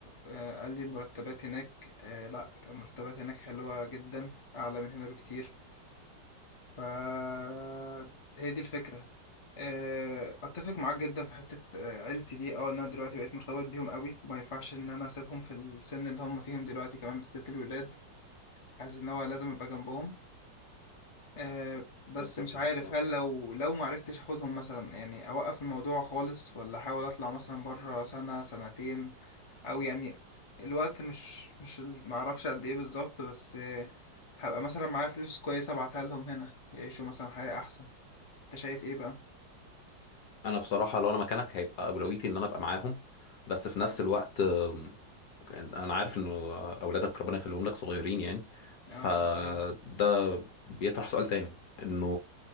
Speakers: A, on the left (about 25°); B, on the left (about 65°).
A: آه قال لي مرتبات هناك آه لا مرتبات هناك حلوة جدا اعلى من هنا بكتير فهي دي الفكرة آه، اتفق معاك جدا في حتة آه، عيلتي دي اه إن انا دلوقتي بقيت مرتبط بيهم قوي وما ينفعش ان انا اسيبهم في السن اللي هم فيهم دلوقتي كمان بالذات الولاد حاسس ان هو لازم ابقى جنبهم آه، بس
B: فاهمك
A: مش عارف
B: اه
A: هل لو لو ما عرفتش اخدهم مثلا يعني اوقف الموضوع خالص ولا احاول اطلع مثلا بره سنة سنتين او يعني الوقت مش مش ال- ما اعرفش قد ايه بالظبط بس آه، هبقى مثلا معايا فلوس كويسة ابعتها لهم هنا يعيشوا مثلا حياة احسن انت شايف ايه بقى
B: انا بصراحه لو انا مكانك هيبقى اولويتي ان انا ابقى معاهم بس في نفس الوقت آم، انا عارف انه اولادك ربنا يخليهم لك صغيرين يعني فده
A: اه حبيبي
B: بيطرح سؤال تاني انه